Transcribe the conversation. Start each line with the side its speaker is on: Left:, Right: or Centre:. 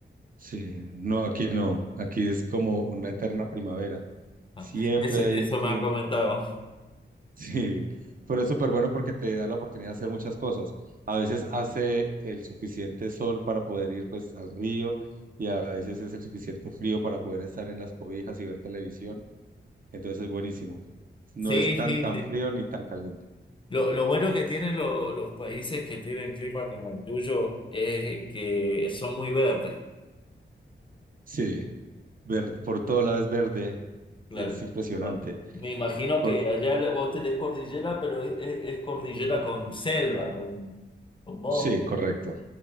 Right: sí. No, aquí no. Aquí es como una eterna primavera.
Left: Ah,
Right: Siempre
Left: Eso, eso
Right: hay un clima.
Left: me han comentado.
Right: Sí, pero es súper bueno porque te da la oportunidad de hacer muchas cosas. A veces hace el suficiente sol para poder ir pues al río y a veces es el suficiente frío para poder estar en las cobijas y ver televisión. Entonces es buenísimo. No
Left: Sí,
Right: es tan
Left: sí,
Right: tan
Left: sí.
Right: frío ni tan caliente.
Left: Lo, lo bueno que tienen lo- los países que tienen clima como el tuyo es que son muy verdes.
Right: Sí, ver por todo lado es verde.
Left: Claro.
Right: Es impresionante.
Left: Bueno, Me imagino
Right: Por...
Left: que allá vos tenés cordillera, pero es, es- es cordillera con selva, con, con bosque.
Right: Sí, correcto.